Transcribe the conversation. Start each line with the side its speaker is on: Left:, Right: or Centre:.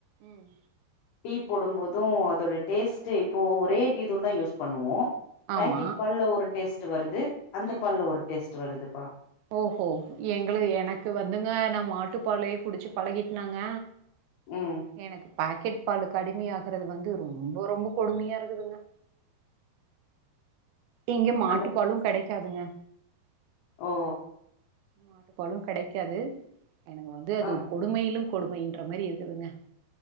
Right: ம்
Left: டீ போடும் போதும் இதோட டேஸ்ட் இப்போ ஒரே டீதூள் தா யூஸ் பண்ணுவோம்
Right: ஆமா
Left: பாக்கெட் பால் ஒரு டேஸ்ட் வருது அந்த
Right: ம்
Left: பால்ல ஒரு டேஸ்ட்டு வருதுப்பா
Right: ஓஹோ எங்களு எனக்கு வந்துங்க நம் மாட்டுப்பாலையே குடிச்சு பழகட்டுனாங்க
Left: ம்
Right: எனக்கு பாக்கெட் பாலுக்கு அடிமையாகுறது வந்து ரொம்ப ரொம்ப கொடுமையா இருக்குதுங்க இங்க மாட்டுப்பாலும்
Left: அந்த
Right: கடைக் காதுங்க
Left: ஓ
Right: மாட்டுப்பாலும் கடைக்காது எனக்கு வந்து அது
Left: ஆ
Right: கொடுமையிலும் கொடுமையின்ற மாரி இருக்குதுங்க